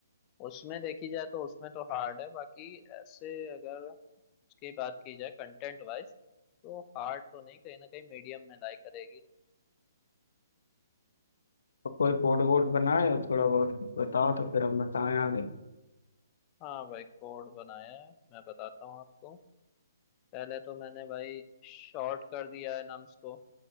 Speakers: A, on the left; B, on the left.
A: उसमें देखी जाए तो उसमें तो हार्ड है बाकी ऐसे अगर उसकी बात की जाए कंटेंट वाइज तो हार्ड तो नहीं कहीं ना कहीं मीडियम में लाई करेगी
B: तो कोई कोड वोड बनाए हो थोड़ा बहुत बताओ तो फिर हम बताएं आगे
A: हाँ भाई कोड बनाया है मैं बताता हूँ आपको पहले तो मैंने भाई शॉर्ट कर दिया है नम्स को